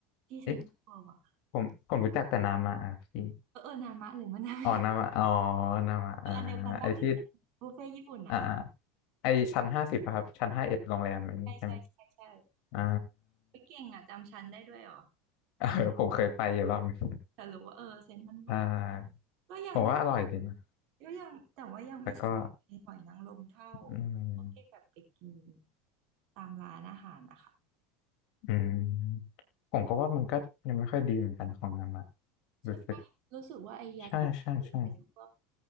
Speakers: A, on the right (about 55°); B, on the left (about 55°).
A: ที่เซ็นทรัลเวิลด์อะ
B: เอ๊ะ ผมผมรู้จักแต่นามาอาพี
A: เออเออนามะหรือมะนนามิ
B: อ๋อนามาอ๋อนามาอา
A: <laughs> คืออันเดียวกันปะที่
B: ไอที่
A: บุฟเฟ่ต์ญี่ปุ่นอะ
B: อ่าไอชั้นห้าสิบครับชั้นห้าเอ็ดโรงแรมอันนี้ใช่ไหม
A: ใช่ใช่ใช่ใช่
B: อ่า
A: ไปเก่งอะจำชั้นได้ด้วยเหรอ
B: <laughs> เออผมเคยไปอยู่รอบนึง
A: แต่รู้ว่าเออเซ็นทรัลเวิลด์
B: อ่า
A: ก็ยังไม่
B: ผมว่าอร่อยดีนะ
A: ก็ยังแต่ว่ายังไม่ใช
B: แต่ก็
A: ่หอยนางรมเท่า
B: อืม
A: พวกที่แบบไปกินตามร้านอาหารนะคะ
B: อืม ผมก็ว่ามันก็ยังไม่ค่อยดีเหมือนกันของนามา
A: ใช่ปะรู้สึกว่าไอยากิ
B: รู้สึก ใช่ใช่ใช่
A: เป็นพวก